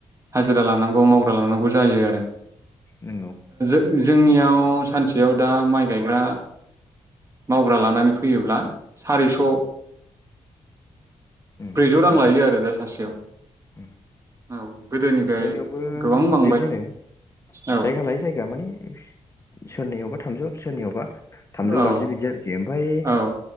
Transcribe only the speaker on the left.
नंगौ।
उम
नंगौ
उम
जोंनियावबो
बिदिनो
जायगा लायै जायगा माने सोरनियावबा थामजौ सोरनियावबा थामजौ
बाजि बिदि आरोखि ओमफ्राय